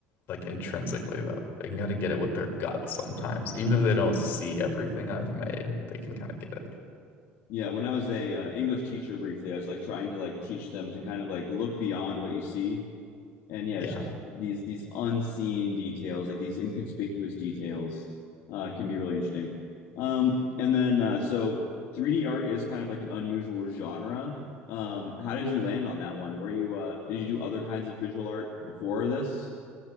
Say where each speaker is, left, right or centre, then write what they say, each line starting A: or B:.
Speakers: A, on the left; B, on the left.
A: like intrinsically though. They can kind of get it with their gut sometimes. Even if they don't see everything I've made, they can kind of get it.
B: Yeah, when I was a uh, English teacher briefly, I was like trying to like teach them to kind of like look beyond what you see, and yeah,
A: Yeah.
B: just like, these these unseen details, like these inconspicuous details, uh, can be really interesting. Um, and then uh, so 3D art is kind of like an unusual genre. Um, how did you land on that one? Were you uh, did you do other kinds of visual art before this?